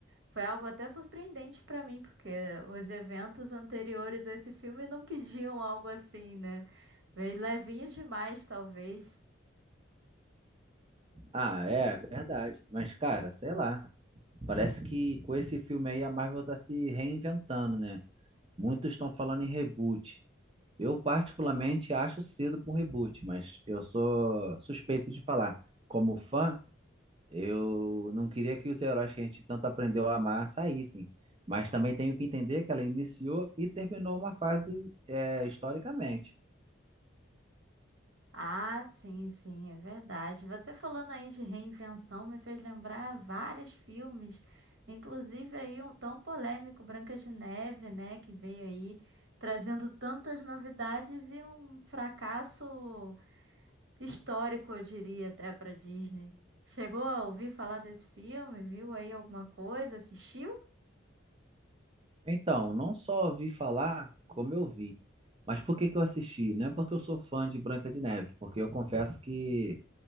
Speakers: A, on the right; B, on the right.
A: Foi algo até surpreendente pra mim, porque os eventos anteriores a esse filme não pediam algo assim, né? Veio levinho demais, talvez.
B: Ah, é verdade. Mas, cara, sei lá. Parece que com esse filme aí a Marvel tá se reinventando, né? Muitos estão falando em reboot. Eu particularmente acho cedo para um reboot, mas eu sou suspeito de falar. Como fã, eu não queria que os heróis que a gente tanto aprendeu a amar saíssem. Mas também tenho que entender que ela iniciou e terminou uma fase, é, historicamente.
A: Ah, sim, sim, é verdade. Você falando aí de reinvenção me fez lembrar vários filmes, inclusive aí o tão polêmico Branca de Neve, né, que veio aí trazendo tantas novidades e um fracasso histórico, eu diria até para Disney. Chegou a ouvir falar desse filme? Viu aí alguma coisa? Assistiu?
B: Então, não só ouvi falar, como eu vi. Mas por que que eu assisti? Não é porque eu sou fã de Branca de Neve, porque eu confesso que